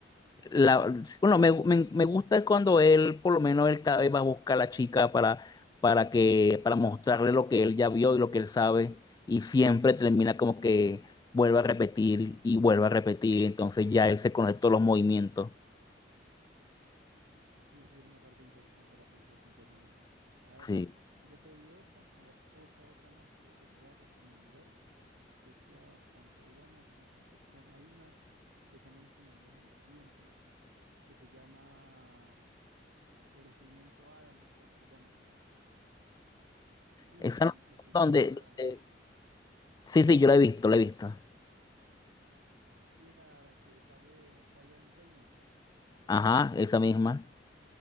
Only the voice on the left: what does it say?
La, bueno, me, me, me gusta cuando él, por lo menos él cada vez va a buscar a la chica para, para que, para mostrarle lo que él ya vio y lo que él sabe, y siempre termina como que vuelve a repetir y vuelve a repetir, entonces ya él se conoce todos los movimientos.
Sí.
Esa
no-
donde,
eh, sí, sí, yo la he visto, la he visto.
Ajá, esa misma.